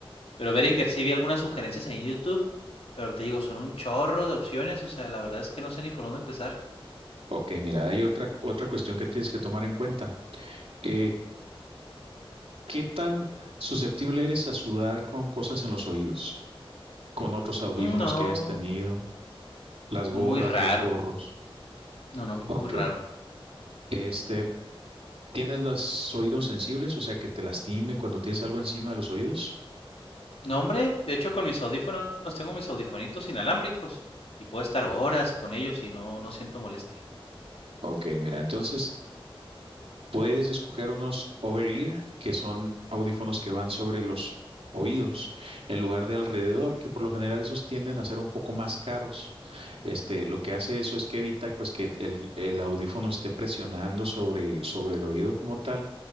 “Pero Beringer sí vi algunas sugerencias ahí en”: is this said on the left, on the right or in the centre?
Left